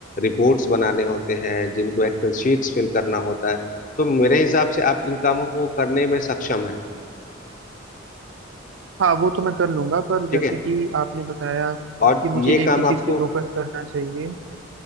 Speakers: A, on the left; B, on the right.
A: रिपोर्ट्स बनाने होते हैं जिनको एक्सेल शीट्स फिल करना होता है तो मेरे हिसाब से आप इन कामों को करने में सक्षम है
B: हाँ वो तो मैं कर लूंगा पर
A: ठीक
B: जैसे
A: है
B: कि आपने बताया
A: और
B: कि मुझे
A: ये काम
B: एक ही चीज़
A: आपको
B: पे फोकस करना चाहिए